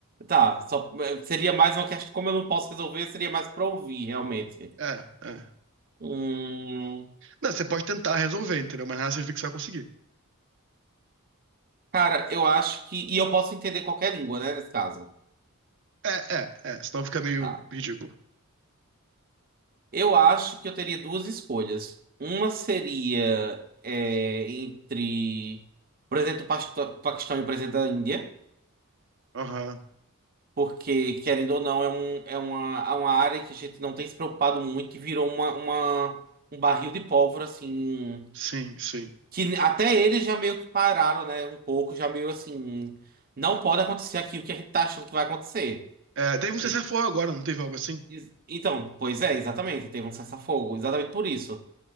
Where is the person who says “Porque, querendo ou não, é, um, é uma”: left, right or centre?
Right